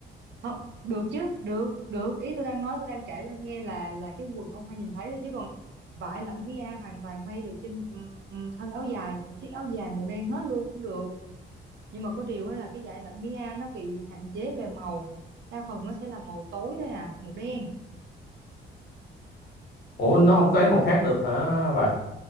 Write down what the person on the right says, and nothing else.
không được chứ được được ý tôi đang nói tôi đang kể cho nghe là là cái quần ông hay nhìn thấy thôi chứ còn vải lạnh mia hoàn toàn may được trên ừ, ừ, thân áo dài một chiếc áo dài màu đen hết luôn cũng được nhưng mà có điều á là cái dải lạnh Mia nó bị hạn chế về màu đa phần nó sẽ là màu tối thôi à màu đen